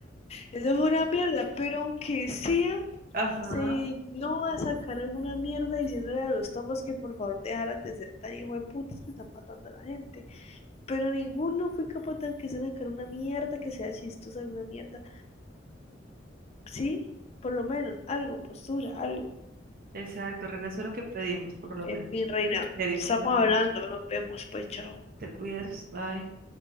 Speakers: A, on the left; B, on the right.
A: Eso fue una mierda, pero aunque sea,
B: Ajá,
A: se no va a sacar alguna mierda diciéndole a los tomos que por favor dejaran de ser tan hijo de putas que están matando a la gente. Pero ninguno fue capaz de aunque sea sacar una mierda que sea chistosa, alguna mierda. Sí, por lo menos, algo, postura, algo.
B: exacto, René, eso es lo que pedimos, por lo
A: En
B: menos.
A: fin, reina,
B: En serio,
A: estamos
B: bueno,
A: hablando, nos vemos, pues chao.
B: te cuidas, bye.